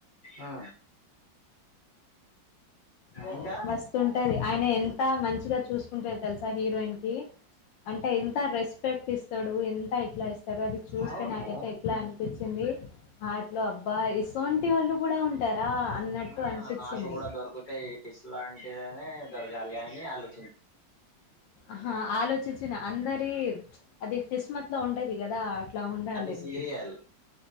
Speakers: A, on the left; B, on the left.
A: ఆ
B: ఉ
A: ఇంకా
B: మస్తు ఉంటది ఆయన ఎంత మంచిగ చూసుకుంటరు తెలుసా హీరోయిన్ కి అంటే ఎంత రెస్పెక్ట్ ఇస్తడు ఎంత ఇట్ల ఇస్ సారు అది చూస్తే
A: అవును
B: నాకైతే ఎట్ల అనిపిచ్చింది ఆట్లో అబ్బా ఇసోంటి వాళ్ళు కూడా ఉంటారా అన్నట్టు
A: ఆ
B: అనిపించింది
A: నాకు కూడా దొరుకుతాయి ఇస్లాంటిదనే దొరకాలి అని అలు
B: అ ఆలోచించిన అందరి అది కిస్మత్ లో ఉంటది కదా అట్లా ఉండాలని
A: అది సీరియల్